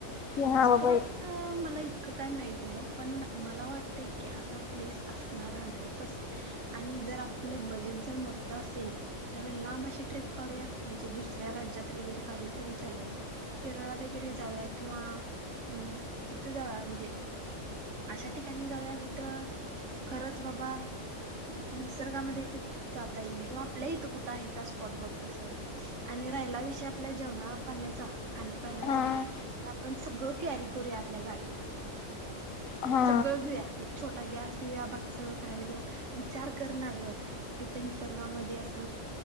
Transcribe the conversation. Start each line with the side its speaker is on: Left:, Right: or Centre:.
Left: की हा
Right: स्पॉटच
Left: बाबा
Right: मला इतकं काय माहित नाही पण मला वाटतय कि असा प्लेस असणार हन्डरेड परसेन्ट आणि जर आपल बजेट जर मोठं असेल तर लांब अशी ट्रिप काढुया म्हणजे दुसऱ्या राज्यात वगैरे काढल तर तरी चालेल केरळला वगैरे जाऊया किंवा अं तिथ जाऊया म्हणजे अशा ठिकाणी जाऊया जिथं खरंच बाबा निसर्गामध्ये थ जाता येईल किंवा आपल्या इथं कुठं आहे का स्पॉट बघ तस आणि राहिला विषय आपल्या जेवणा पाण्याचा खाणी पाण्याचा
Left: हा
Right: तर आपण सगळं कॅरी करूया आपल्या गाडीत
Left: हा
Right: सगळं घेऊया एक छोटा गॅस घिऊया बाकी सगळ करायला घिवुया विचार कर ना गं तिथ निसर्गामध्ये असं